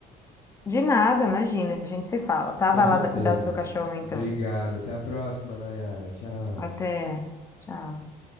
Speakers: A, on the left; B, on the left.
A: De nada, imagina, a gente se fala. Tá,
B: Com
A: vai
B: certeza.
A: lá da- cuidar do seu cachorro então.
B: Obrigado. Até a próxima, Nayara. Tchau.
A: Até. Tchau.